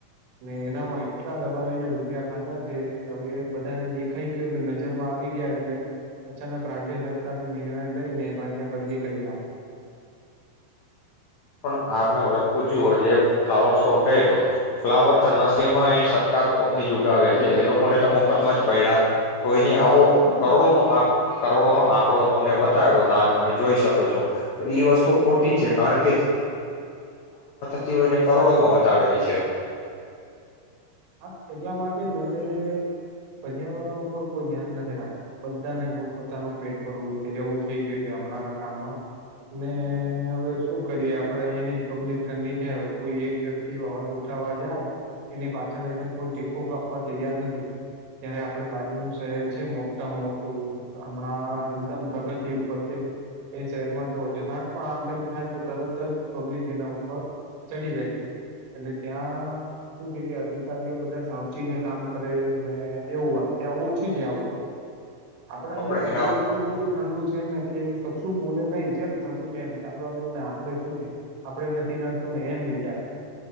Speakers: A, on the right (about 80°); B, on the left (about 65°).
A: ને એનામાં એટલા દબાવીને રૂપિયા ખાધા છે, હવે એ બધાને દેખાઈ ગયો ને નજરમાં આવી ગયા એટલે અચાનક રાજ્ય સરકારે નિર્ણય લઈને એ ભાઈને બદલી કરી નાખી.
B: પણ આમે વસ્તુ જુઓ જે ફ્લાવર શો થયો તો ફ્લાવર તો નરસરીમાં અ સરકાર પોતની જુગાવે એટલે એ લોકોને તો મફતમાં જ પડ્યા તો આવો
A: હા
B: કરોડો નો કરોડો નો આંકડો તમને બતાયડો ત તમે જોઈ શકો છો, તો ઈ વસ્તુ ખોટી છે કારણ કે તિયને કરોડોમહોત આવેલી છે.
A: હા એટલા માટે જ હવે પર્યાવરણ ઉપર કોઈ ધ્યાન નથી રાખતું બધાને પોતપોતાનું પેટ ભરવું છે એવું થઈ ગયું છે હમણાંના કામમાં ને હવે શું કરીએ આપડે અહિયાયાની પબ્લિક ઠંડી છે હવે કોઈ એક વ્યક્તિ અવાજ ઉઠાવવા જાય એની પાછ કોઈ ટેકો કાપવા તૈયાર નથી ત્યારે આપડ બાજુનું શહેર છે મોટા મોટું હમણાં એકદમ પ્રગતિ ઉપર છે એ શહેરમાં જો જરાક પણ આમ તેમ થાય તો તરત જ પબ્લિક એના ઉપર ચડી બેઠ એટલે ત્યાં શું છે કે વઓ બધા સાવચી ને કામ કરે ને એવું એમ ત્યાં ઓછું છે આ વખ આપડે અહિયાં
B: આપણે
A: પબ્લિક
B: એના
A: એટલું બધું ઠંડુ છે ને કે કશું બોલે નહીિ જેમ થતું છે એમ ચાલવા દેવ ને આપડે શું થ આપડે નથી નડતું ને એમ વિચાર